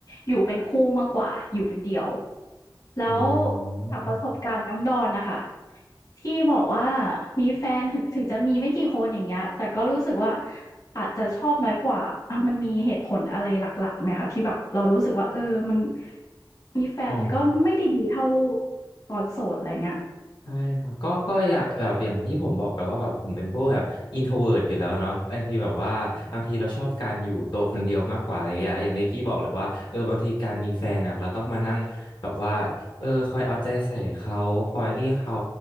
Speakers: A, on the left; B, on the left.
A: อยู่เป็นคู่มากกว่าอยู่เป็นเดี่ยว แล้ว
B: อื
A: จากประสบการณ์น้องดอนน่ะค่ะ
B: ม
A: ที่บอกว่ามีแฟนถึงถึงจะมีไม่กี่คนอย่างเงี้ยแต่ก็รู้สึกว่าอาจจะชอบน้อยกว่าอามันมีเหตุผลอะไรหลักๆไหมคะที่แบบเรารู้สึกว่าเออมันมีแฟนมันก็ไม่ได้ดีเท่า
B: อ๋อ
A: ตอนโสดอะไรเงี้ย
B: ใช่ครับก็ก็อย่างแบบอย่างที่ผมบอกไปว่าแบบผมเป็นพวกแบบอินโทรเวิร์ตอยู่แล้วเนาะบางทีแบบว่าบางทีเราชอบการอยู่ตัวคนเดียวมากกว่าอะไรอย่างเงี้ยอย่างที่พี่บอกแหละว่าเออบางทีการมีแฟนอ่ะเราต้องมานั่งแบบว่าเออคอยเอาใจใส่เขาคอยนี่เขา